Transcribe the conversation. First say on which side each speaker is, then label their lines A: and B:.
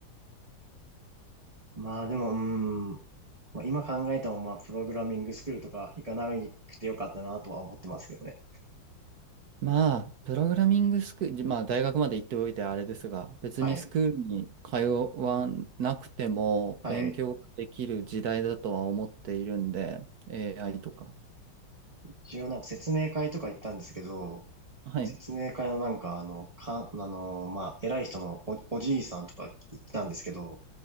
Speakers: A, on the right (about 20°); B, on the right (about 60°).
A: <laughs> まあでも、うーん。まあ、今考えても、まあ、プログラミングスクールとか行かなくてよかったなとは思ってますけどね。
B: まあ、プログラミングスクール、まあ、大学まで行っておいてあれですが、別にスクールに通わなくても勉強できる時代だとは思っているんで、
A: はい。はい。
B: AI とか。
A: 一応なんか説明会とか行ったんですけど、
B: はい。
A: 説明会のなんか、あの、か、あの、まあ、偉い人のお、おじいさんとか言ったんですけど、